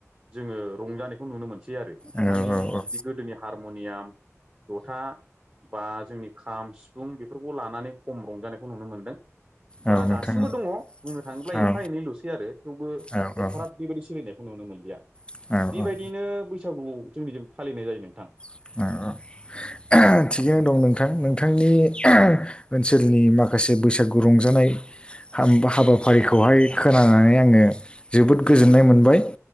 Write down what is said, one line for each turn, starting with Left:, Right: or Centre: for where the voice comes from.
Right: जोङो रंजानायखौ नुनो मोनसै आरो
Left: औ
Right: मानि
Left: औ
Right: बिदि गोदोनि हारम'नियाम जथा बा जोंनि खाम सिफुं बेफोरखौ लानानै खम रंजानायखौ नुनो मोनदों बा
Left: औ नोंथां
Right: दासिमबो
Left: औ
Right: दङ बुंनो थाङोब्ला
Left: औ
Right: एफा एनैल'सै आरो थेवबो
Left: औ
Right: एफाराब बेबायदि सोलिनायखौ नुनो मोनलिया
Left: औ औ
Right: बेबायदिनो
Left: औ
Right: बैसागु जोंनिजों फालिनाय जायो नोंथां
Left: <unintelligible> <unintelligible> थिगैनो दं नोंथां नोंथांनि <unintelligible> ओनसोलनि माखासे बैसागु रंजानाय हाम हाबाफारिखौहाय खोनानानै आङो जोबोद गोजोननाय मोनबाय